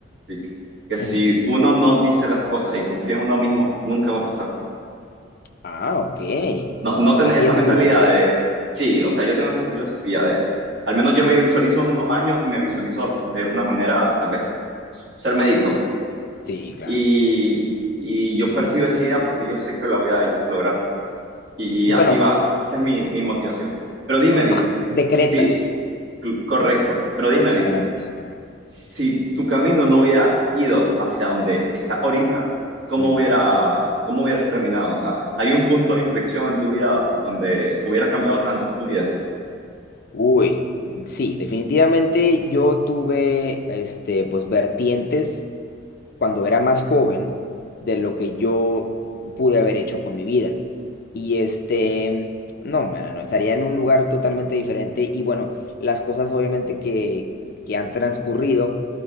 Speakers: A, on the right; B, on the left.
A: Vic, que si
B: Ujú.
A: uno no dice las cosas y confía en uno mismo, nunca va a pasar.
B: Ah, ok.
A: No, no tener
B: Así
A: esa
B: es
A: mentalidad
B: tu filosofía.
A: de, sí, o sea, yo tengo esa filosofía de, al menos yo me visualizo en unos años y me visualizo de una manera, tal vez, ser médico.
B: Sí, claro.
A: Y, y yo percibo esa idea porque yo sé que la voy a lograr. Y
B: Bueno,
A: así va, esa es mi, mi motivación. Pero dime, Vic,
B: ah, decretas.
A: sí, cl- correcto, pero dime,
B: Ah,
A: Vic.
B: ya.
A: si tu camino no hubiera ido hacia donde está ahorita, ¿cómo
B: Mm.
A: hubiera, cómo hubieras terminado? O sea, ¿hay un punto de inflexión en tu vida donde hubiera cambiado tanto tu vida?
B: Uy, sí, definitivamente yo tuve, este, pues, vertientes. cuando era más joven de lo que yo pude haber hecho con mi vida. Y este, no, mano, estaría en un lugar totalmente diferente. Y bueno, las cosas obviamente que, que han transcurrido